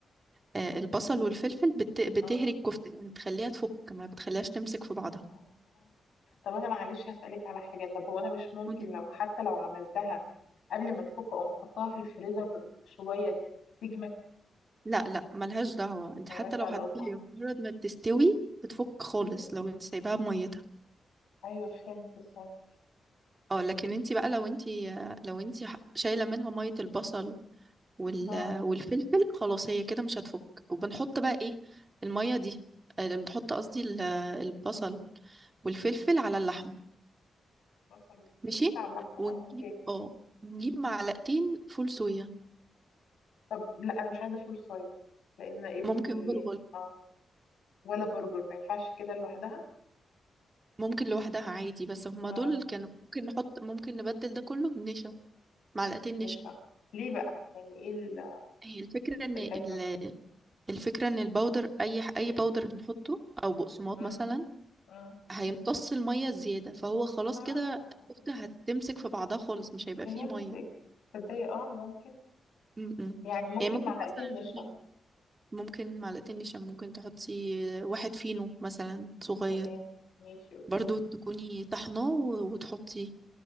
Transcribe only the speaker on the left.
اه
آه، آه. طب أنا معلش هسألك على حاجة طب هو أنا مش ممكن
لو حتى لو عملتها قبل ما تفك أقوم حطها في الفريزر شوية تجمد
ملهاش
علاقة
مم.
أيوة فهمت استنى
اه
بصل والفلفل
على اللحمة
اه اوكي
طب لا أنا مش عايزة فول صويا لأن ابني
اه ولا برجر ما ينفعش كده لوحدها
اه
مش
فاهمة. ليه بقى يعني ايه ال-
الحكمة
فيها
مم.
مم.
اه
فهمتك
تصدقي اه ممكن
يعني ممكن
معلقتين
نشا
تمام ماشي اوكي